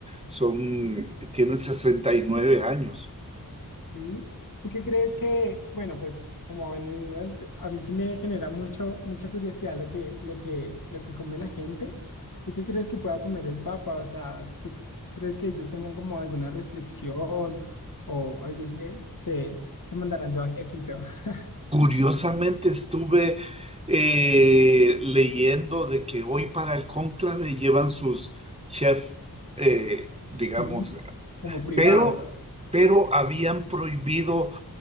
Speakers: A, on the right (about 15°); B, on the left (about 60°).
A: Son, tienen sesenta y nueve años.
B: Sí. ¿Tú qué crees que, bueno, pues como en el nivel, a mí sí me genera mucho, mucha curiosidad lo que, lo que, lo que come la gente. ¿Tú qué crees que pueda comer el Papa? O sea, ¿tú c- crees que ellos tengan como alguna restricción o o ellos se, se, se mandarán su ají a Quito? <laughs>
A: Curiosamente estuve eh, leyendo de que hoy para el cónclave llevan sus chefs, eh, digamos,
B: Sí, como privado.
A: pero, pero habían prohibido